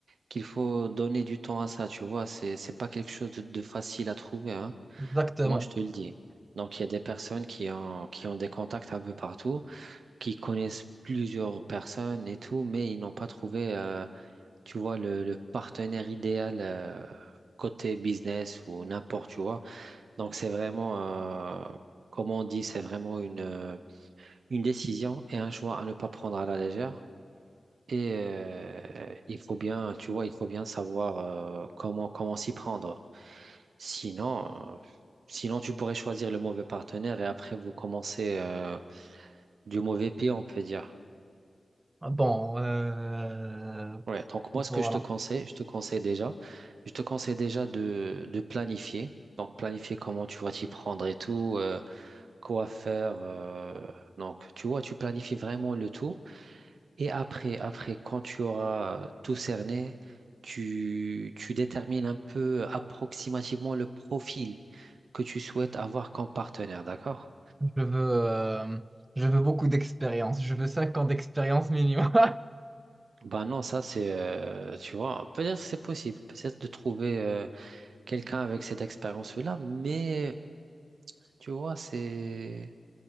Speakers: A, on the right (about 85°); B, on the right (about 25°).
A: qu'il faut donner du temps à ça, tu vois, c'est c'est pas quelque chose de, de facile à trouver, hein.
B: Exactement.
A: Moi, je te le dis. Donc, il y a des personnes qui ont, qui ont des contacts un peu partout, qui connaissent plusieurs personnes et tout, mais ils n'ont pas trouvé, euh, tu vois, le, le partenaire idéal euh, côté business ou n'importe, tu vois. Donc, c'est vraiment, euh, comme on dit, c'est vraiment une, euh, une décision et un choix à ne pas prendre à la légère. Et euh, il faut bien, tu vois, il faut bien savoir euh, comment comment s'y prendre. Sinon, euh, sinon tu pourrais choisir le mauvais partenaire et après vous commencez euh, du mauvais pied, on peut dire.
B: Bon, euh,
A: Ouais. Donc moi,
B: voilà.
A: ce que je te conseille, je te conseille déjà, je te conseille déjà de de planifier. Donc planifier comment tu vas t'y prendre et tout, euh, quoi faire. euh. donc tu vois, tu planifies vraiment le tout. Et après, après, quand tu auras tout cerné, tu, tu détermines un peu approximativement le profil que tu souhaites avoir comme partenaire, d'accord?
B: Je veux, euh, je veux beaucoup d'expérience. Je veux 5 ans d'expérience minimum. <laughs>
A: Ben non, ça c'est, euh, tu vois, peut-être c'est possible, peut-être de trouver euh, quelqu'un avec cette expérience-là, mais tu vois, c'est,